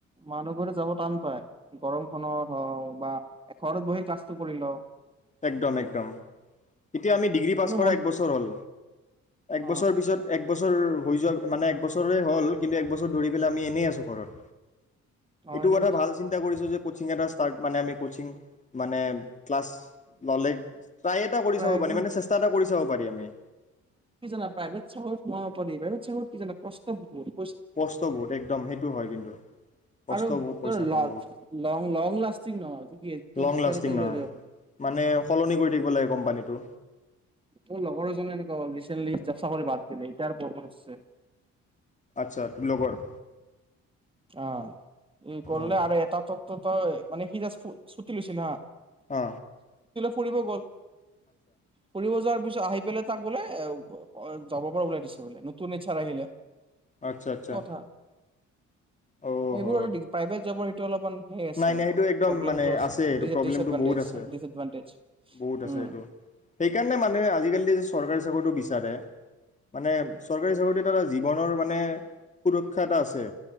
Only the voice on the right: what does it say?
মানুহবোৰে যাব টান পায় গৰমখনত হওক বা এ ঘৰত বহি ক্লাচটো কৰি লও
মানে
মন
অ
অ
এনে
প্ৰাইভেট
কি জানা প্ৰাইভেট চহৰত সোমাব পাৰি বেলেগ চহৰত কি জানা কষ্ট ভুৰ
আৰু
তৰ ল-লং-লং
লাষ্টিং নহয় কি তোক
যেইতাই
তেইতাই
উলাই দিব পাৰে
মোৰ লগৰ এজনে এনেকুৱা হল ৰিচেণ্টলি এটা চাকৰি বাদ দিলে এতিয়া আৰু পৰব ধৰচে
অ' ই কৰলে
আৰু এটা টোত টোত হয় মানে সি জাষ্ট ফু-চুটি লৈচি না
ফুৰিব গল ফুৰিব যোৱাৰ পিছত আহি পেলে তাক বোলে এ অ যব পৰা ওলাই দিছে বোলে নতুন এইচ আৰ আহিলে
কথা
এইবোৰ
অল দিগ, প্ৰাইভেট জবৰ ত অলপমান সেই আছে
অলপ
প্ৰব্লেমটো
ডিচএডভানটেজ
ডিচএডভানটেজ
উম